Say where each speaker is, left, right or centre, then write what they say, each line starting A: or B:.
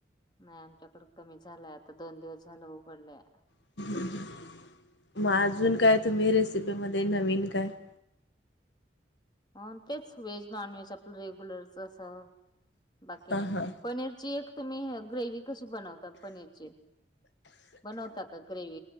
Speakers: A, on the left; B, on the left.
A: नाही आमच्याकडे कमी झालंय आता दोन दिवस झालं उघडलयं. -
B: <unintelligible> मग अजून काय तुम्ही रेसिपी मध्ये नवीन काय?. -
A: अन तेच व्हेजं नॉनव्हेज आपलं रेग्युलरचं असं. - बाकी
B: हा
A: नाही,
B: हा
A: पनीरची एक तुम्ही ग्रेवी कशी? बनवता पनीरची. बनवता कां? ग्रेवी. -